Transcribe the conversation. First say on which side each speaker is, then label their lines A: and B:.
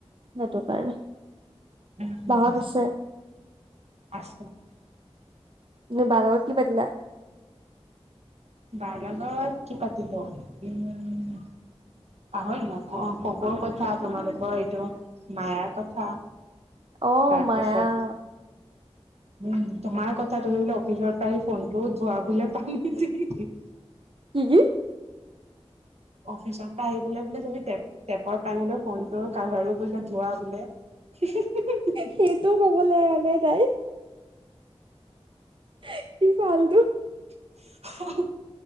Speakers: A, on the right; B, on the right.
A: সেইটো কাৰণে',
B: উম', হুম',
A: বাহত আছে
B: আছোঁ',
A: তুমি বাৰ লগত কি পাতিলা?
B: বাৰ লগত কি পাতিব? উম', পাহৰি অ', ককৰ কথা তোমালোকৰ এইটো মায়াৰ কথা',
A: অ',
B: তাৰপাছত
A: মায়া',
B: উম, তোমাৰ কথা তুমি বোলে অফিচৰ পৰা ফোনটো ধোৱা বোলে পানী দি', দি',
A: কি -কি?
B: অফিচৰ পৰা আহি বোলে তুমি টেপ- টেপৰ পানী লৈ ফোনটোৰ কাভাৰো', বোলে, ধোৱা বোলে, হিঃ হিঃ হিঃ হিঃ হিঃ',
A: সেইটোও কবলৈ এৰা নাই তাই? হিঃ, কি ফালটো',
B: হ-হ,